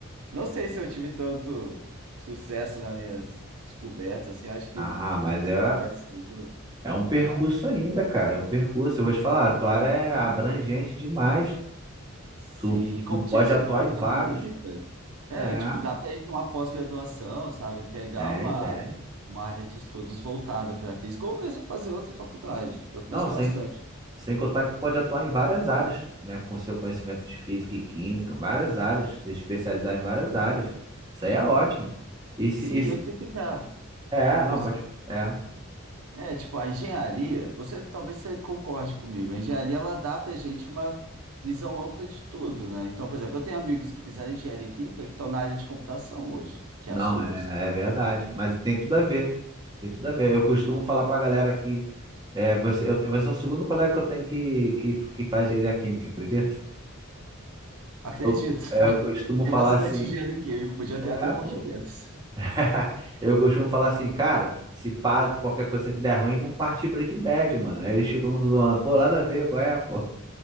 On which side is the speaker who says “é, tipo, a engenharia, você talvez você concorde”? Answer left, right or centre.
Right